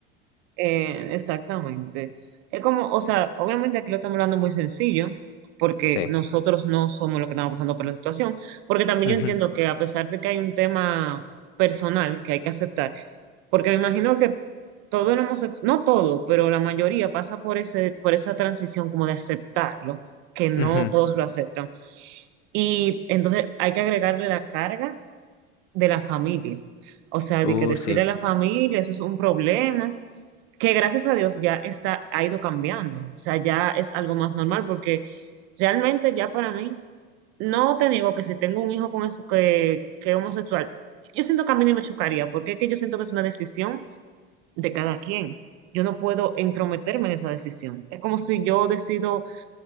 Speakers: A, on the right (about 40°); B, on the left (about 70°).
A: Eh, exactamente. Es como, o sea, obviamente aquí lo estamos hablando muy sencillo, porque
B: Sí.
A: nosotros no somos los que estamos pasando por la situación, porque también
B: Ujú,
A: yo entiendo que a pesar de que hay un tema personal que hay que aceptar, porque me imagino que todo el homosexual, no todo, pero la mayoría pasa por ese, por esa transición como de aceptarlo, que no
B: ujú.
A: todos lo aceptan. Y entonces hay que agregarle la carga de la familia. O sea,
B: Uh,
A: de que destruir
B: sí.
A: a la familia, eso es un problema que gracias a Dios ya está, ha ido cambiando. O sea, ya es algo más normal porque realmente ya para mí, no te digo que si tengo un hijo con ese- que, que es homosexual, yo siento que a mí ni me chocaría porque es que yo siento que es una decisión de cada quien. Yo no puedo entrometerme en esa decisión. Es como si yo decido